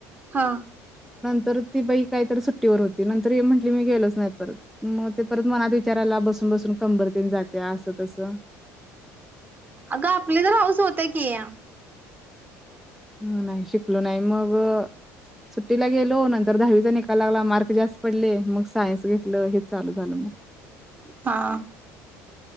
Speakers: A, on the right; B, in the centre.
A: हा
B: -तर ती बाई काहीतरी सुट्टीवर होती. नंतर म्हटली मी गेलोच नाही परत मग ते परत मनात विचारायला बसून बसून कंबरतेन जाते असं तस
A: अगं आपली तर हौस होत्या की
B: ह नाही शिकलो नाही मग सुट्टीला गेलो नं- -तर दहावीचा निकाल लागला. मार्क जास्त पडले मग सायन्स घेतलं हे चालू. झालं मग
A: हा